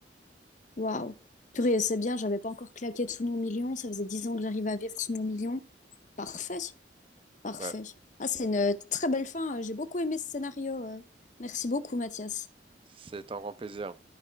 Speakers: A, on the left; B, on the right.
A: waouh. Purée, c'est bien, j'avais pas encore claqué sous mon million, ça faisait 10 ans que j'arrivais à vivre sous mon million. Parfait, parfait.
B: Ouais,
A: Ah, c'est une euh, très belle fin, euh, j'ai beaucoup aimé ce scénario. euh. Merci beaucoup, Mathias.
B: c'est un grand plaisir.